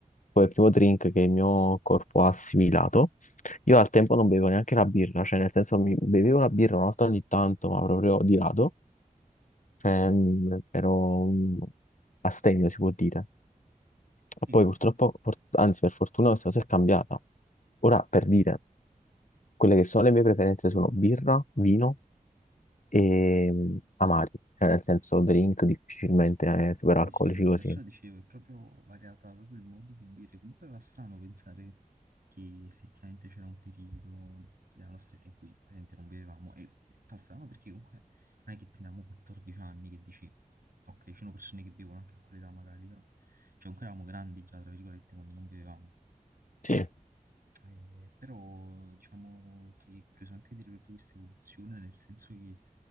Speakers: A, on the left (about 60°); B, on the right (about 85°).
A: come primo drink che il mio corpo ha assimilato. Io al tempo non bevevo neanche la birra, cioè nel senso mi bevevo la birra una volta ogni tanto, ma proprio di rado, cioè mh, ero mh, astemio si può dire. Ma
B: Sì,
A: Poi purtroppo, for- anzi per fortuna questa cosa è cambiata. Ora per dire, quelle che sono le mie preferenze sono birra, vino e mh, amari, cioè nel senso drink difficilmente eh, superalcolici
B: sì, sì,
A: così.
B: perciò dicevo, è proprio variata proprio il modo di bere. Comunque va strano pensare che effettivamente c'era un periodo della nostra vita in cui praticamente non bevevamo. E fa strano perché comunque non è che teniamo 14 anni che dici, ok, ci sono persone che bevono anche a quell'età magari, però. Cioè, comunque eravamo grandi già, tra virgolette, quando non bevevamo.
A: Sì.
B: Eh, però diciamo che è curioso anche vedere proprio questa evoluzione, nel senso che